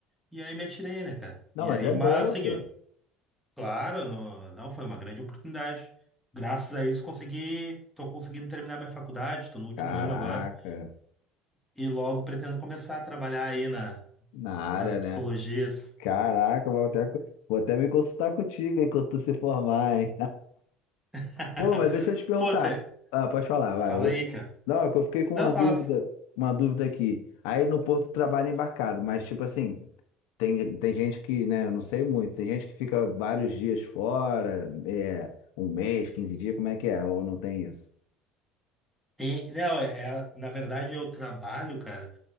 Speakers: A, in the centre; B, on the left.
A: E aí me atirei, né, cara?
B: Não,
A: E
B: mas
A: aí,
B: é
A: mas
B: boa,
A: segui.
B: pô.
A: Claro, não, não, foi uma grande oportunidade. Graças a isso consegui, tô conseguindo terminar minha faculdade, tô no último
B: Caraca,
A: ano agora e logo pretendo começar a trabalhar aí na,
B: na área,
A: nas psicologias.
B: né? Caraca, vou até, vou até me consultar contigo enquanto tu se formar, hein?
A: <laughs>
B: Pô, mas deixa eu te perguntar.
A: Pô, Você,
B: Ah, pode falar, vai.
A: fala
B: eu-
A: aí, cara.
B: Não, é que eu fiquei com
A: Não,
B: uma
A: fala.
B: dúvida, uma dúvida aqui. Aí no Porto trabalha embarcado, mas tipo assim, tem, tem gente que, né, eu não sei muito, tem gente que fica vários dias fora, é, um mês, quinze dias, como é que é? Ou não tem isso?
A: Tem- não, é, é- na verdade eu trabalho, cara,